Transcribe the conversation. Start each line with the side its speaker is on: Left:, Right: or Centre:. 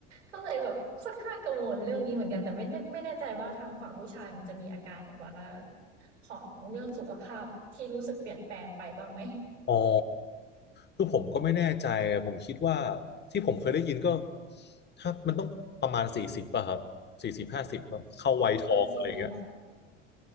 Right: ก็เลยแบบค่อนข้างกังวลเรื่องนี้เหมือนกันแต่ไม่แน่ไม่แน่ใจว่าทางฝั่งผู้ชายมันจะมีอาการแบบว่าของเรื่องสุขภาพที่รู้สึกเปลี่ยนแปลงไปบ้างไหม
Left: อ๋อคือผมก็ไม่แน่ใจ ผมคิดว่าที่ผมเคยได้ยินก็ถ้ามันต้องประมาณสี่สิบป่ะครับสี่สิบห้าสิบเข้าวัยทองอะไรเงี้ย
Right: สี่สิบเลยเหรอ